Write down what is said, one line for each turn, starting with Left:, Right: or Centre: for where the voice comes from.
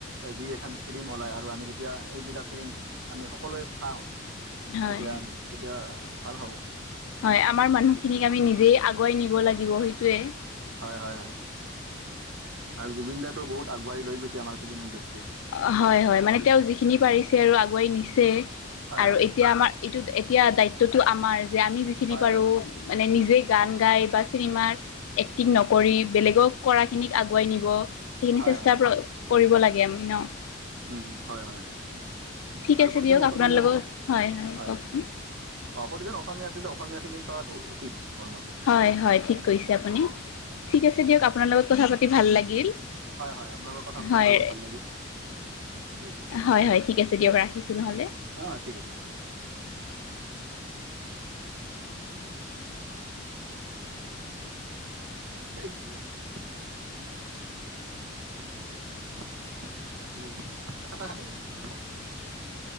Right: দুই এখন ফিল্ম ওলায় আৰু আমি যেতিয়া এইবিলাক ফিল্ম আমি সকলোৱে চাওঁ।
Left: হয়
Right: তেতিয়া তেতিয়া ভাল হ'ব।
Left: হয়, আমাৰ মানুহখিনিক আমি নিজেই আগুৱাই নিব লাগিব সেইটোয়ে।
Right: হয়, হয়, হয়, আৰু জুবিন দাইটো বহুত আগবাঢ়ি লৈ গৈছে আমাৰ ফিল্ম ইণ্ডাষ্ট্ৰি।
Left: অ', হয়, হয়, মানে তেওঁ যিখিনি পাৰিছে আৰু আগুৱাই নিছে।
Right: হয়
Left: আৰু
Right: হয়
Left: এতিয়া আমাৰ এইটো এতিয়া দায়িত্বটো আমাৰ যে আমি যিখিনি
Right: হয়
Left: পাৰো
Right: হয়
Left: মানে
Right: উম
Left: নিজে গান গাই বা চিনেমাৰ এক্টিং নকৰি বেলেগক কৰা খিনিক আগুৱাই নিব সেইখিনি
Right: হয়
Left: চেষ্টা
Right: হয় হয়
Left: কৰিব লাগে। গেমিন।
Right: উম, হয়, হয়
Left: ঠিক
Right: আৰু
Left: আছে
Right: প্ৰতিজন
Left: দিয়ক
Right: অসমীয়া
Left: আপোনাৰ লগত
Right: আছে, হয়।
Left: কওকচোন
Right: অ' প্ৰতিজন অসমীয়া আছিললতে অসমীয়া ফিল্ম চোৱাটো উচিত মোৰ মতে।
Left: হয়, হয় ঠিক কৰিছে আপুনি, ঠিক আছে দিয়ক আপোনাৰ লগত কথা পাতি ভাল লাগিল।
Right: হয়, হয় আপোনা লগত কথা পাতিও
Left: হয়
Right: বহুত ভাল লাগিল। ঠিক আছে
Left: হয়, হয় ঠিক আছে দিয়ক, ৰাখিছোঁ নহ'লে।
Right: অ' ঠিক আছে। স <unintelligible> ৰাখি দেিব তই কটা খানে দে <unintelligible>